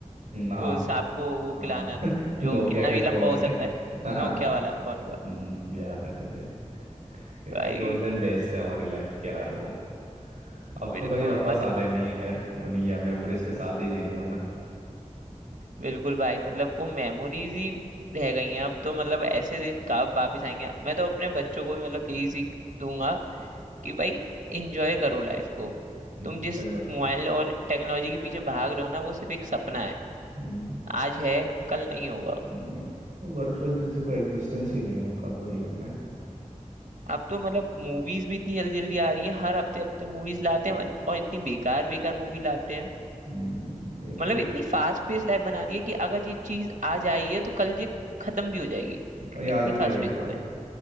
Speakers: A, on the right (about 60°); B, on the right (about 85°).
A: हम्म, हाँ
B: वो सांप को वो
A: हाँ
B: खिलाना
A: <laughs>
B: जो
A: नोकिया
B: कितना
A: के
B: भी लंबा
A: फोन
B: हो
A: में
B: सकता है
A: <laughs> हाँ
B: नोकिया वाला फोन का
A: हम्म, याद है मुझे क्या
B: भाई
A: गोल्डन डेज थे हमारी लाइफ के यार वो अब
B: बिल्कुल
A: तो कभी वापस
B: मत
A: आने नहीं है खैर वो नहीं है मेमोरीज के साथ ही जीना है हमें
B: बिल्कुल भाई मतलब वो मेमोरीज ही रह गई हैं अब तो मतलब ऐसे दिन कब वापिस आएंगे मैं तो अपने बच्चों को भी मतलब यही सीख दूंगा कि भाई एंजॉय करो लाइफ को
A: हम्म,
B: तुम जिस
A: सही बात
B: मोबाइल और टेक्नोलॉजी के पीछे भाग रहे हो ना वो सिर्फ एक सपना है
A: हम्म
B: आज है कल नहीं होगा
A: चल नहीं है वर्चुअल जैसे कोई एग्जिस्टेंस ही नहीं है उनका तो रियल में
B: अब तो मतलब मूवीज भी इतनी जल्दी जल्दी आ रही हैं हर हफ्ते हफ्ते मूवीज लाते हैं वन- और इतनी बेकार बेकार मूवी लाते हैं
A: हम्म ये
B: मतलब
A: तो है
B: इतनी फास्ट पेस लाइफ बना दी है कि अगर ये चीज आज आई है तो कल ये
A: हम्म,
B: खत्म भी हो जाएगी
A: और याद
B: इतनी
A: भी
B: फास्ट
A: नहीं रहेगा
B: पेस हो गए